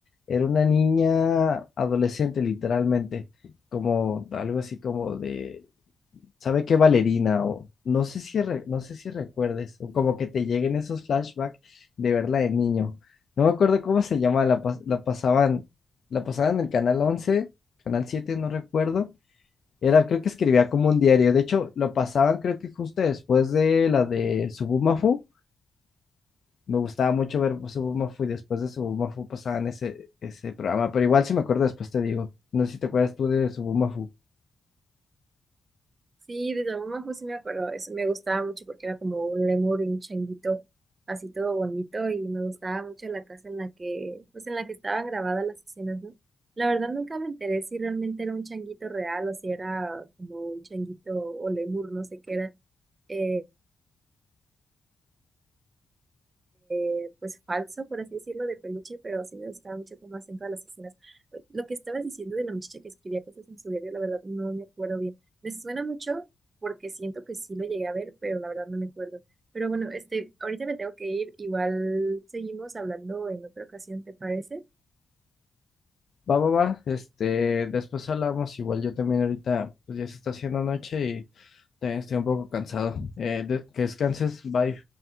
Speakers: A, on the left (about 45°); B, on the right (about 30°).
A: era una niña adolescente literalmente, como algo así como de, ¿sabe qué? Valerina o no sé si, re- no sé si recuerdes, o como que te lleguen esos flashbacks de verla de niño. No me acuerdo cómo se llama, la, pas- la pasaban, la pasaban en el Canal once Canal 7 no recuerdo era, creo que escribía como un diario. De hecho, lo pasaban, creo que justo después de la de Subumafu. Me gustaba mucho ver Subumafu y después de Subumafu pasaban ese, ese programa. Pero igual si me acuerdo después te digo. No sé si te acuerdas tú de Subumafu.
B: Sí, de Yamamojo sí me acuerdo, eso me gustaba mucho porque era como un lemur y un changuito, así todo bonito y me gustaba mucho la casa en la que, pues en la que estaban grabadas las escenas, ¿no? La verdad nunca me enteré si realmente era un changuito real o si era como un changuito o lemur, no sé qué era. eh, eh, pues falso, por así decirlo, de peluche, pero sí me gustaba mucho cómo hacen todas las escenas. Eh, Lo que estabas diciendo de la muchacha que escribía cosas en su diario, la verdad no me acuerdo bien. Me suena mucho porque siento que sí lo llegué a ver, pero la verdad no me acuerdo. Pero bueno, este, ahorita me tengo que ir, igual seguimos hablando en otra ocasión, ¿te parece?
A: Va, va, va. Este, después hablamos. Igual yo también ahorita, pues ya se está haciendo noche y también estoy un poco cansado. Eh, de- que descanses. Bye.